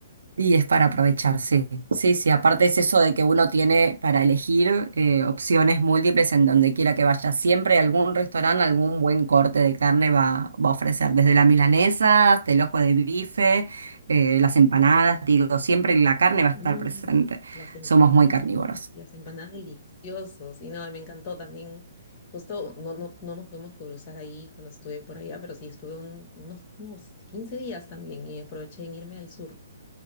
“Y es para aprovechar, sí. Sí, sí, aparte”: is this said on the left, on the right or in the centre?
Right